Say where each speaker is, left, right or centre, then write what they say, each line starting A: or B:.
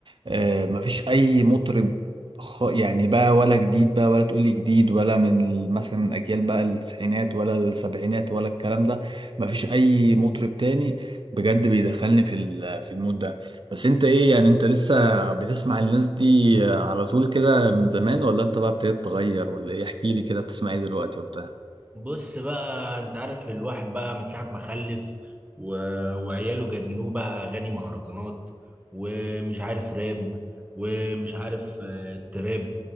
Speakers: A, on the right; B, on the right.
A: آه، مفيش اي مطرب خ- يعني بقى ولا جديد بقى ولا تقولي جديد ولا من ال- مثلا اجيال بقى التسعينات ولا السبعينات ولا الكلام ده مفيش اي مطرب تاني بجد بيدخلني في ال- في المود ده بس انت ايه يعني انت لسه بتسمع الناس دي على طول كده من زمان ولا انت بقى ابتديت تغير ولا ايه احكي لي كده بتسمع ايه دلوقتي وبتاع
B: بص بقى انت عارف الواحد بقى من ساعة ما خلف و... وعياله جننوه بقى اغاني مهرجانات ومش عارف راب ومش عارف آه، تراب